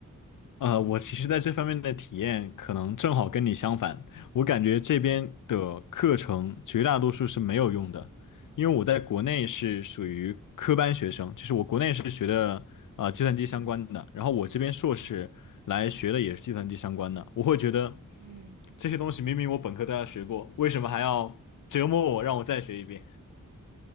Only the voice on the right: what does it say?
嗯
嗯
嗯